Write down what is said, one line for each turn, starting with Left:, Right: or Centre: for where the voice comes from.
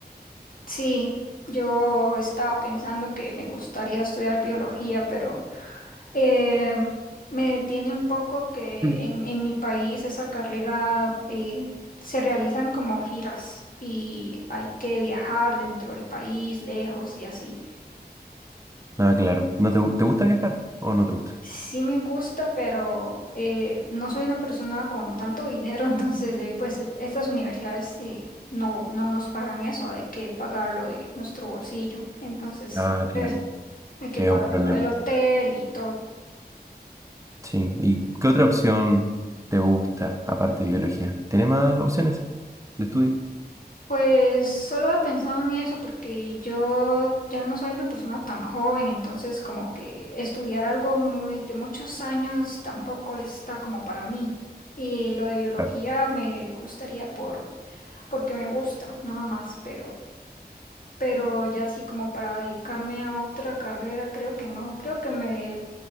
Left: Sí, yo estaba pensando que me gustaría estudiar biología, pero eh, me detiene un poco que
Right: Mm.
Left: en, en mi país esa carrera eh, se realizan como giras y hay que viajar dentro del país, lejos y así.
Right: Ah, claro. ¿No te, gu- te gusta viajar o no te gusta?
Left: Sí me gusta, pero eh, no soy una persona con tanto dinero, <laughs> entonces eh, pues estas universidades eh, no, no nos pagan eso, hay que pagarlo de nuestro bolsillo. Entonces...
Right: Ah, claro.
Left: pues, Hay que
Right: Sí,
Left: pagar
Right: es un problema.
Left: el, el hotel y todo.
Right: Sí. ¿Y qué otra opción te gusta aparte de biología? ¿Tienes más opciones de estudio?
Left: Pues solo he pensado en eso porque yo ya no soy una persona tan joven, entonces como que estudiar algo muy de muchos años tampoco está como para mí. Y lo de biología
Right: Claro.
Left: me gustaría por porque me gusta, nada más, pero pero ya así como para dedicarme a otra carrera, creo que no. Creo que me